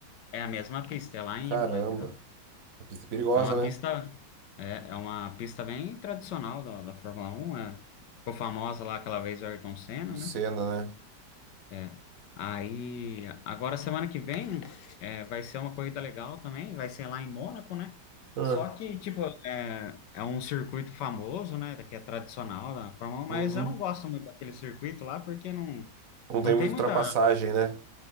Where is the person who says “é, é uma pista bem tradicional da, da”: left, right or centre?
Left